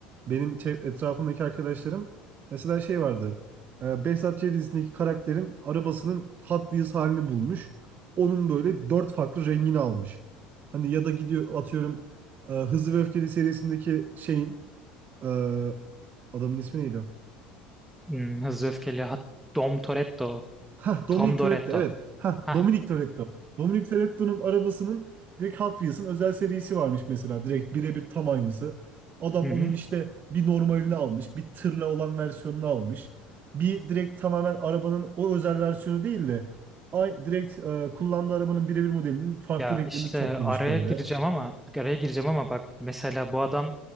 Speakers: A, on the right (about 40°); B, in the centre.
A: Benim çev- etrafımdaki arkadaşlarım mesela şey vardı. E, Behzat Ç. dizisindeki karakterin arabasının Hot Wheels halini bulmuş. Onun böyle dört farklı rengini almış. Hani ya da gidiyor atıyorum e, Hızlı ve Öfkeli serisindeki şeyin e, adamın ismi neydi?
B: Hmm, Hızlı Öfkeli, Hot- Dom Toretto,
A: Ha Dominic
B: Tom
A: Toretto
B: Doretto.
A: evet. Ha
B: Hah.
A: Dominic Toretto. Dominic Toretto'nun arabasının direkt Hot Wheels'ın özel serisi varmış mesela. Direkt birebir tam aynısı. Adam
B: Hı hı.
A: onun işte bir normalini almış, bir tırla olan versiyonunu almış. Bir direkt tamamen arabanın o özel versiyonu değil de ay direkt e, kullandığı arabanın birebir modelinin farklı
B: Ya
A: renklerini
B: işte
A: toplamış
B: araya
A: böyle.
B: gireceğim ama araya gireceğim ama bak mesela bu adam